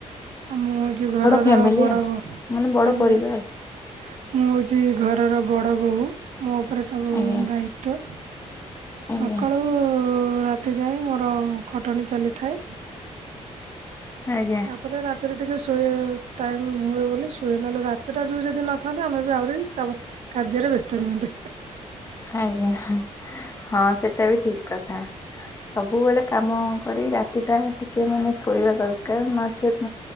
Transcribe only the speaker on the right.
ଆଉ ମୁଁ ହଉଛି ଘରର
ବଡ
ଆଜ୍ଞା
ମୁଁ ହଉଛି ଘରର ବଡ ବୋହୂ ମୋ ଉପରେ ସବୁ
ଦାୟିତ୍ଵ ତ
ସକାଳୁ ରାତି ଯାଏ ମୋର ଖଟଣି ଚାଲିଥାଏ
ତାପରେ ରାତିରେ ଟିକେ ଶୋଇ ଟାଇମ୍ ହୁଏ ବୋଲି ଶୁଏ ନହେଲେ ରାତିଟା ଯ ଯଦି ନଥାନ୍ତେ ଆମେ ବି ଆହୁରି। କାଯ୍ୟରେ ବସ୍ତାର ମ